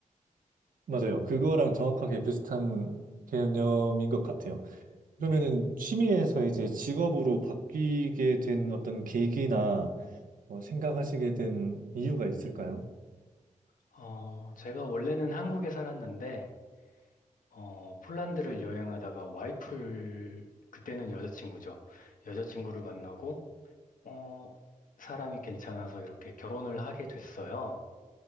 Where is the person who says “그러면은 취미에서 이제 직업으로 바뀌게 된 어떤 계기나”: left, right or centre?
Right